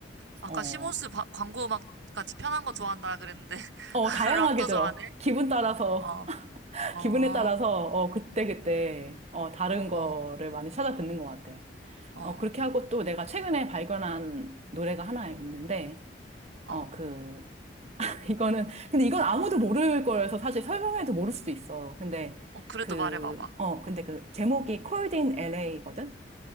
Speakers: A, on the right; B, on the right.
A: 아까
B: 어,
A: 시몬스 바- 광고 음악 같이 편한 거 좋아한다 그랬는데.
B: 어,
A: <laughs>
B: 다양하게
A: 락도
B: 들어.
A: 좋아하네?
B: 기분 따라서
A: 어,
B: <laughs>
A: 어,
B: 기분에 따라서 어, 그때그때 어, 다른 거를
A: 어,
B: 많이 찾아 듣는 것 같아.
A: 어,
B: 어, 그렇게 하고 또 내가 최근에 발견한 노래가 하나 있는데 어,
A: 어.
B: 그 <laughs> 이거는 근데 이건 아무도 모를 거라서 사실 설명해도 모를 수도 있어. 근데
A: 어, 그래도
B: 그,
A: 말해봐봐.
B: 어, 근데 그 제목이 Cold in LA거든?